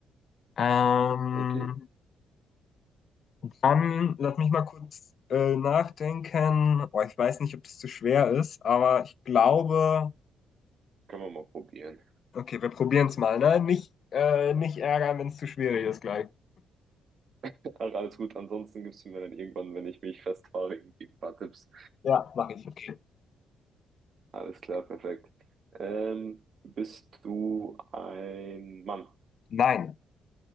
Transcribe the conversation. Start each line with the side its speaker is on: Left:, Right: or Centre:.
Left: Ähm,
Right: Okay,
Left: dann lass mich mal kurz äh, nachdenken. Boah, ich weiß nicht, ob das zu schwer ist, aber ich glaube,
Right: können wir mal probieren.
Left: okay, wir probieren es mal, ne? Nicht, äh, nicht ärgern, wenn es zu schwierig ist gleich.
Right: Ach, alles gut, ansonsten gibst du mir dann irgendwann, wenn ich mich festfahre, irgendwie ein paar Tipps.
Left: Ja, mache ich. Okay.
Right: Alles klar, perfekt. Ähm, bist du ein Mann,
Left: Nein,